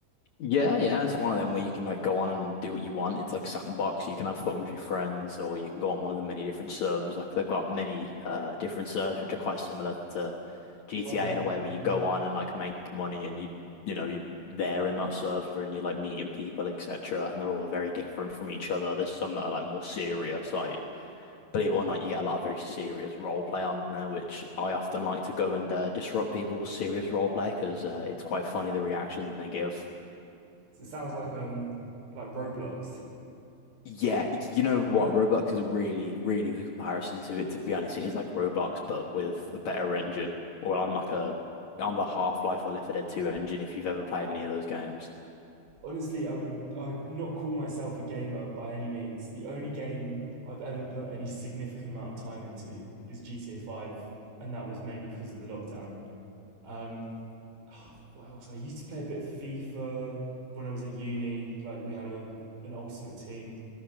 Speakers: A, on the left; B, on the right.
A: Yeah, yeah, it's one of them where you can like go on and do what you want. It's like sandbox. You can have fun with your friends, or you can go on one of the many different servers. Like they've got many uh different servers which are quite similar to GTA
B: oh no,
A: in a way
B: um,
A: where you go on and like make money, and you you know you're there in that server and you're like meeting people, etc. And they're all very different from each other. There's some that are like more serious. Like believe it or not, you get a lot of very serious role play on there, which I often like to go and uh, disrupt people's serious role play because uh, it's quite funny the reaction they give.
B: it sounds like um like roblox
A: Yeah, it's- you know what? Roblox is a really, really good comparison to it, to be honest. It is like Roblox, but with a better engine, or on like a on the Half-Life or Left 4 Dead 2 engine, if you've ever played any of those games.
B: honestly, I would I would not call myself a gamer by any means. The only game I've ever put any significant amount of time into is GTA Five, and that was mainly because of the lockdown. Um, what else? I used to play a bit of FIFA when I was at uni. Like we had a an ultimate team